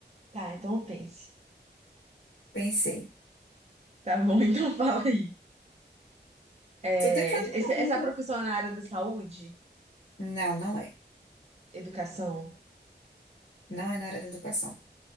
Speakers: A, on the right; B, on the left.
A: tá, então pense.
B: Pensei.
A: Tá bom, <laughs> então fala aí. É,
B: Tu tem que fazer uma
A: esse-
B: pergunta,
A: essa profissão
B: né?
A: na área da saúde,
B: Não, não é.
A: educação,
B: Não é na área da educação.